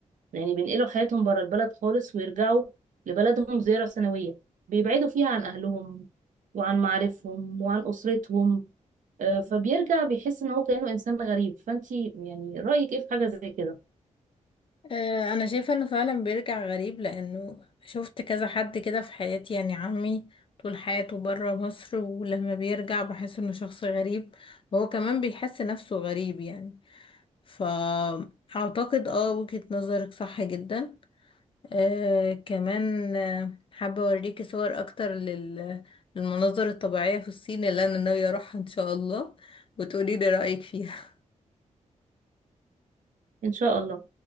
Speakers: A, on the right; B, on the left.
A: يعني بينقلوا حياتهم بره البلد خالص ويرجعوا لبلدهم زيارة سنوية بيبعدوا فيها عن أهلهم وعن معارفهم وعن أسرتهم آه، فبيرجع بيحس إن هو كأنه إنسان غريب فأنتي يعني رأيك إيه في حاجة زي كده
B: آه، أنا شايفة إنه فعلا بيرجع غريب لأنه شفت كذا حد كده في حياتي يعني عمي طول حياته برا مصر ولما بيرجع بحس إنه شخص غريب وهو كمان بيحس نفسه غريب يعني فأعتقد اه وجهة نظرك صح جدا آه كمان آه، حابة أوريكي صور أكتر لل... للمناظر الطبيعية في الصين اللي أنا ناوية أروحها إن شاء الله وتقولي لي رأيك فيها
A: إن شاء الله